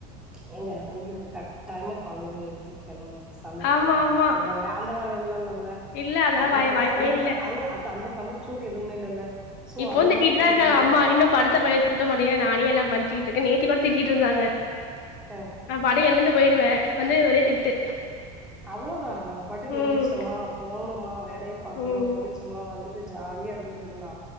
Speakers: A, in the centre; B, on the left (about 60°).
A: ஏங்க உங்களுக்கு கட்டாயமா காலையில எந்திரி க்கணு சமைக்கணு
B: ஆமா ஆமா
A: இந்த வர அந்த வர <unintelligible>
B: இல்ல அதெல்லா
A: அத
B: வாய்
A: அத
B: வாய்ப்பே
A: அந்த
B: இல்ல
A: க அத அத அந்த கமிட்மெண்ட் எதும்மே இல்லல்ல சோ
B: இப்பவு
A: அதனால
B: திட்டீட்டுதா
A: ஃப்ரீ
B: இருக்காங்க
A: தான
B: அம்மா இன்னு படு த்த பாய சுருட்ட மாட்டியா நானே எல்லா பண்ட்டிட்ருக்கே நேத்திக் கூட திட்டீட்ருந்தாங்க
A: அ
B: நா பாட்டுக் எழுந்து போய்டுவே வந்து ஒரே திட்டு
A: அவளோதா நம்ம பாட்டுக்
B: ம்
A: எந்திரிச்சமா போனமா வேலைய பாத்தமா
B: ம்
A: முடி ச்சமா வந்துட்டு ஜாலியா இர்ந்துட்டுக்கலா